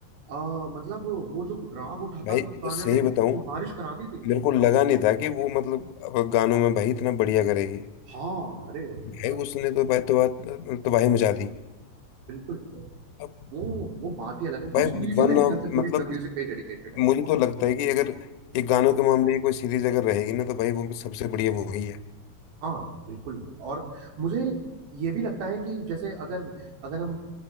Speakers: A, on the right; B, on the left.
A: आ, मतलब वो जो राग उठाता
B: भाई
A: था वो
B: मैं
A: गाने
B: सही
A: में उसने
B: बताऊं
A: बारिश करा दी थी
B: मेरे को लगा नहीं था कि वो मतलब अब गानों में भाई इतना बढ़िया करेगी
A: हाँ अरे मतलब
B: भाई उसने तो भाई तो बात तो भाई मचा दी
A: बिल्कुल अरे
B: अब
A: वो वो बात ही अलग है वो
B: भाई
A: सीरीज
B: वन
A: ही मेरे
B: ऑफ
A: ख्याल से पूरी
B: मतलब
A: म्यूजिक पे डेडिकेटेड है
B: मुझे तो लगता है कि अगर ये गानों के मामले की कोई सीरीज अगर रहेगी ना तो भाई वो सबसे बढ़िया वो ही है
A: हाँ बिल्कुल और मुझे ये भी लगता है कि जैसे अगर अगर हम